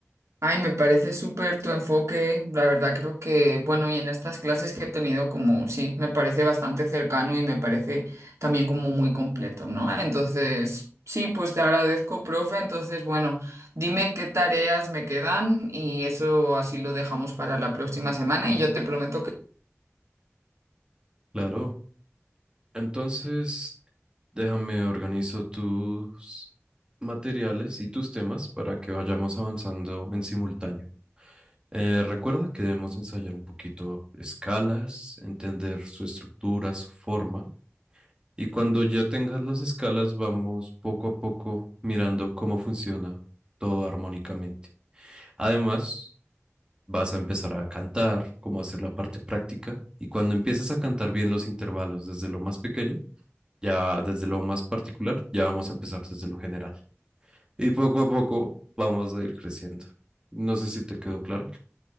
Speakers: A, on the right (about 80°); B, on the right (about 20°).
A: Ay, me parece súper tu enfoque, la verdad creo que, bueno, y en estas clases que he tenido como, sí, me parece bastante cercano y me parece también como muy completo, ¿no? Entonces, sí, pues te agradezco, profe, entonces, bueno, dime qué tareas me quedan y eso así lo dejamos para la próxima semana y yo te prometo
B: Claro. Entonces, déjame organizo tus materiales y tus temas para que vayamos avanzando en simultáneo. Eh, recuerda que debemos ensayar un poquito escalas, entender su estructura, su forma Y cuando ya tengas las escalas, vamos poco a poco mirando cómo funciona todo armónicamente. Además, vas a empezar a cantar, cómo hacer la parte práctica. Y cuando empieces a cantar bien los intervalos desde lo más pequeño, ya desde lo más particular, ya vamos a empezar desde lo general. Y poco a poco vamos a ir creciendo. No sé si te quedó claro.